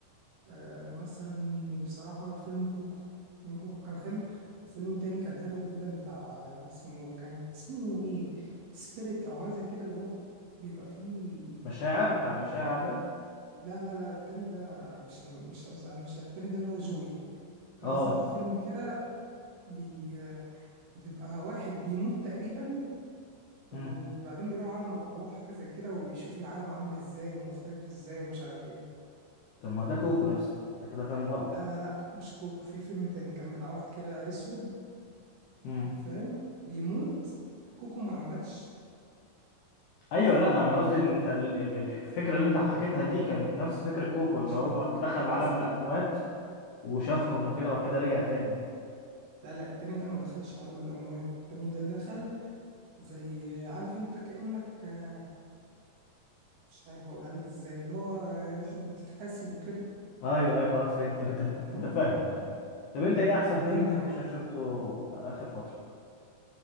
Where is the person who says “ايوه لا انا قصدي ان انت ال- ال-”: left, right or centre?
Left